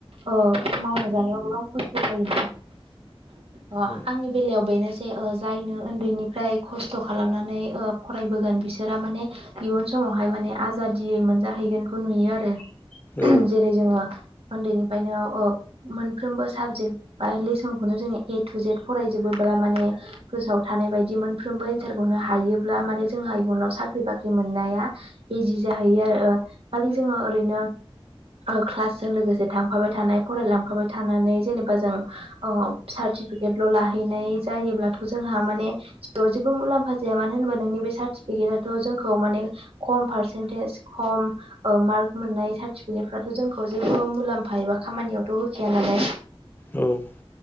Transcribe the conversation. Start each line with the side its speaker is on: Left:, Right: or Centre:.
Right: ओ-मावना जानायाव गोबां खस्थ जायो। अ
Left: औ
Right: आंनि बेलायाव बेनो। जायनो उन्दैनिफ्राय खथ खालामनानै ओ-फरायबोगोन बिसोर माने इयुन सम समावहाय माने आजादियै मोनजाहैगोनखौ नुयो आरो
Left: औ
Right: जेरै जोङो। उन्दैनिफायनो मोनफ्रोमबो साबजेक्ट बा लेसनखौनो जोङो ए टु जेड फरायजोबो बा। ब्ला माने गोसोआव थानाय बायदि मोनफ्रबो एन्सारखौनो हायोब्ला माने जोंहा इयुनाव साख्रि बाख्रि मोन। मोननाया इजि जाहैयो आरो खालि जोङो ओरैनो। क्लासजों लोगोसे थांफाबाय थानाय फरायलांफाबाय थानानै जेनेबा जों ओ तिपिकेतखौ लाहैनाय जायोब्लाथ जोंहा माने जेबो मुलाम्फा जाया मानो होनबा नोंनि बे साट सारतिपिकेत जोंखौ माने खम पार्सेनटेज खम मार्क मोननाय सार्टिफिकेट फ्राथ जोंखौ जेबो मुलाम्फा एबा खामानियावथ होखाया नालाय।
Left: औ